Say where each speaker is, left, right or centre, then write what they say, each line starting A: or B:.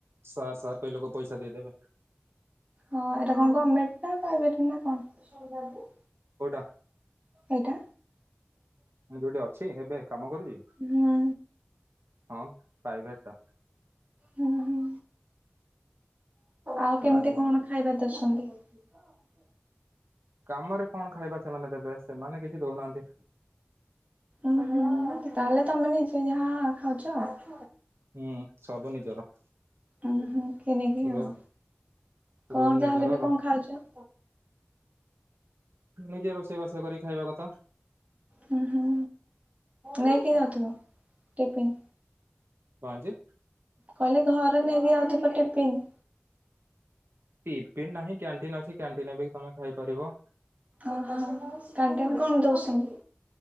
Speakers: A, on the right; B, on the right.
A: ସାର୍ ସାର୍ କହିଲୋକ ପଇସା ଦେଇଦେବେ।
B: ହଁ ଏଇଟା କଣ ଗମେଣ୍ଟ ନା ପ୍ରାଇଭେଟ୍ ନା କଣ <unintelligible>
A: କୋଉଟା
B: ଏଇଟା
A: ମୂ ଯୋଉଠି ଅଛି ଏବେ କାମ କରୁ <unintelligible>
B: ହୁଁ
A: ହଁ ପ୍ରାଇଭେଟ୍ ଟା।
B: ହୁଁ ହୁଁ। ଆଉ କେମିତି
A: ଟା
B: କଣ ଖାଇବା ଦୋଷ ଏମିତି ହଉଚି ତ ଆଉ
A: କାମରେ କଣ ଖାଇବା ସେମାନେ ଦେବେ ସେମାନେ କିଛି ଦଉନାହାନ୍ତି।
B: ଉଁ ହୁଁ ତାହେଲେ ତମେ ନିଜେ ଯାହା ଖାଉଛ ଆଉ
A: ହୁଁ। ଅଧା ନିଜର।
B: ଉ ହୁଁ କିଣିକି
A: ରୁମ୍
B: ଆଉ କଣ
A: ରୁମ୍ ନିଜର
B: ଯାହାହେଲେ ବି କଣ ଖାଇ ଛ?
A: ନିଜେ ରୋଷେଇ ରୋଷେଇ କରିକି ଖାଇବା କଥା। <inaudible>
B: ହୁଁ ହୁଁ ନେଇକି ଯାଉଥିବ ଟିଫିନ
A: ପାଞ୍ଚ
B: କହିଲେ ଘରେ ନେଇକି ଅଥିବ ଟିଫିନ
A: ଟିପିନ ନାହିଁ। କ୍ୟାଣ୍ଟିନ ଅଛି କ୍ୟାଣ୍ଟିନ ବି ତମେ ଖାଇପାରିବ।
B: ଓହୋ କ୍ୟାଣ୍ଟିନ କଣ ଦଉଛନ୍ତି।